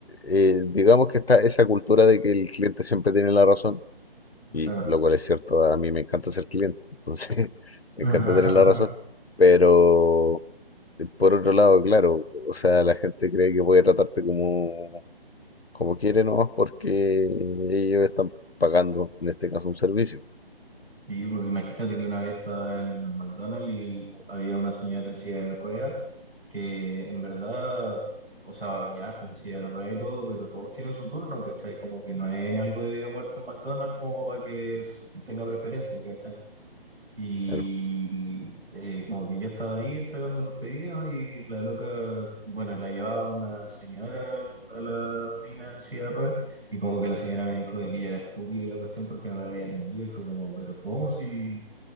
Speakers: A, on the left; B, on the right.
A: eh, digamos que está esa cultura de que el cliente siempre tiene la razón, y
B: claro.
A: lo cual es cierto, a mí me encanta ser cliente, entonces <laughs>
B: <laughs>
A: me encanta tener la razón, pero Por otro lado, claro, o sea, la gente cree que puede tratarte como, como quiere nomás porque ellos están pagando, en este caso, un servicio,
B: Y pues, imagínate que una vez estaba en el McDonald's y había una señora en silla de ruedas que en verdad, o sea, ya está en silla de ruedas y todo, pero todos tienen su turno, ¿cachai? Como que no es algo de vida o muerto en McDonald's como para que s- tenga preferencia, ¿cachai? Y
A: claro.
B: eh, como que yo estaba ahí entregando los pedidos y la loca, bueno, la llevaba una señora a la, a la mina en silla de ruedas y como que la señora me dijo de que yo era estúpido y la cuestión porque no la había atendido y fue como, pero ¿cómo si...?